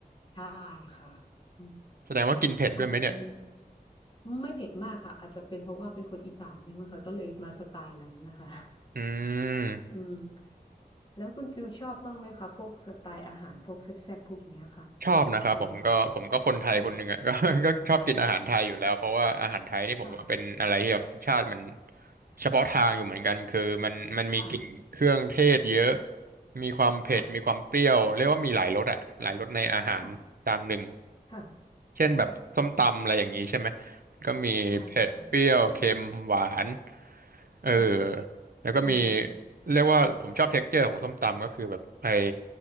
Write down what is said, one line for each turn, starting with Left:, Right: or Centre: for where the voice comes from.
Left: ใช่ค่ะอืม
Right: แสดงว่ากินเผ็ดด้วยไหมเนี่ย
Left: อาจจะเป็นไม่เผ็ดมากค่ะอาจจะเป็นเพราะว่าเป็นคนอีสานด้วยมั้งค่ะก็เลยมาสไตล์นั้นนะคะ
Right: อืม
Left: อืมแล้วคุณฟิวชอบบ้างไหมคะพวกสไตล์อาหารพวกแซ่บๆพวกเนี้ยค่ะ
Right: ชอบนะครับผมก็ผมก็คนไทยคนหนึ่งอ่ะ
Left: อืมค่ะ
Right: <laughs> ก็ก็ชอบกินอาหารไทยอยู่แล้วเพราะว่าอาหารไทยนี่ผมว่าเป็นอะไรที่แบบรสชาติมัน
Left: <laughs> ค่ะ
Right: เฉพาะทางอยู่เหมือนกันคือมันมันมีกลิ่นเครื่องเทศเยอะ
Left: ค่ะ
Right: มีความเผ็ดมีความเปรี้ยวเรียกว่ามีหลายรสอ่ะหลายรสในอาหารจานหนึ่ง
Left: ค่ะค่ะค่ะ
Right: เช่นแบบส้มตำอะไรอย่างนี้ใช่ไหม
Left: อืม
Right: ก็มีเผ็ดเปรี้ยวเค็มหวาน
Left: ใช่ค่ะ
Right: เออ
Left: ค่ะ
Right: แล้วก็มี
Left: อืม
Right: เรียกว่าผมชอบเท็กเจอร์ของส้มตำก็คือแบบไอ้